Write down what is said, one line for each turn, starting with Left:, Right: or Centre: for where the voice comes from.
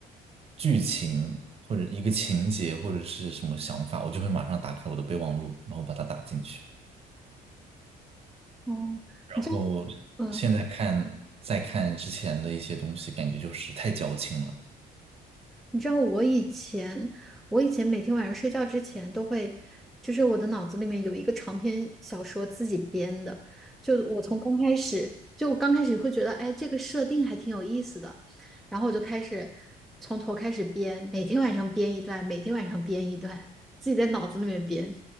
Right: 剧情或者一个情节或者是什么想法，我就会马上打开我的备忘录，然后把它打进去。
Centre: 哦，
Right: 然后现在看再看之前的一些东西，
Centre: 你知道，嗯，
Right: 感觉就是太矫情了。
Centre: 你知道我以前，我以前每天晚上睡觉之前都会，就是我的脑子里面有一个长篇小说自己编的，就我从刚开始，就我刚开始会觉得，哎，这个设定还挺有意思的，然后我就开始从头开始编，每天晚上编一段，每天晚上编一段，自己在脑子里面编。